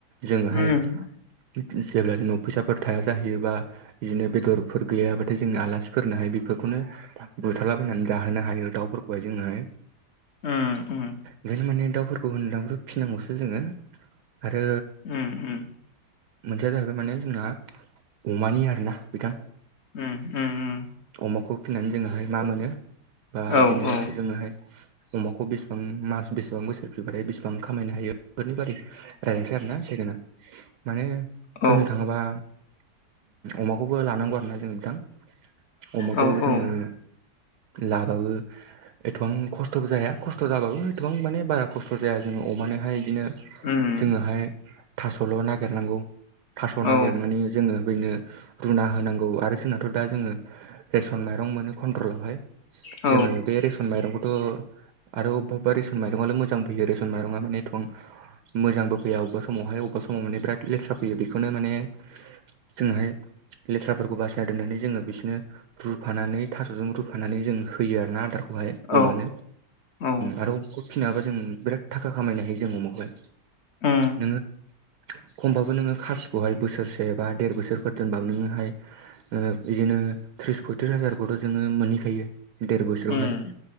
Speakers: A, on the right; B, on the left.
A: जोङोहाय
B: उम
A: जेब्ला दिनाव फैसाफोर थाया जाहैयोबा इदिनो बेदरफोर गैयाबाथाय जोंनो आलासिफोरनोहाय बेफोरखौनो था बुथारलाबायनानै जाहोनो हायो दाउफोरखौहाय जोङोहाय
B: ओम ओम
A: ओंखायनो माने दाफोरखौ होनदांबो फिनांगौसो जोङो आरो
B: उम उम
A: मोनसेया जाहैबाय माने जोंना अमानि आरोना बिथां
B: ओम ओम ओम
A: अमाखौ फिनानै जोङोहाय मा मोनो बा
B: औ
A: इदिनो
B: औ
A: जोङोहाय अमाखौ बेसेबां मास बेसेबां बोसोर फिबाथाय बेसेबां खामायनो हायो। बेफोरनि बारै रायजायनोसै आरोना सकेना माने होननो
B: औ
A: थाङोबा अमाखौबो लानांगौ आरोना जों नोंथां। अमाखौ
B: औ
A: जोंङो
B: औ
A: लाबाबो एथबां खस्थ'बो जाया खस्थ' जाबाबो एथबां माने बारा खस्थ' जाया जोंङो अमानोहाय बिदिनो जोंङोहाय
B: उम
A: थास'ल' नागिरनांगौ। थास'
B: औ
A: नागिरनानै जोंङो बेनो रुना होनांगौ आरो। जोंनाथ' दा जोंङो रेसन माइरं मोनो कन्ट्रलावहाय
B: औ
A: जोंङो बे रेसन रेसन माइरंखौथ' आरो अबा रेसन माइरंआल' मोजां फैयोे। माइरा मानि एथबां मोजांबो फैया अबेबा समावहाय अबेबा समाव माने बिराद लेथ्रा फैयो। बेखौनो माने जोंहाय लेथ्राफोरखौ बासिना दोननानै जोंङो बिसोरनो रुफानानै थास'जों रुफानानै जों होयो आरोना आदारखौ।
B: औ
A: अमानो
B: औ
A: आरो अमाखौ फिनाबा जों बिराद थाखा खामायनो हायो। जों अमाखोहाय
B: उम
A: नोंङो खमबाबो नोंङो खासिखौहाय बोसोरसे एबा देर बोसोरफोर दोनबा नोंङोहाय बिदिनो त्रिस पयथ्रिस हाजारखौथ' जोंङो मोनहैखायो। देर बोसोरावहाय
B: उम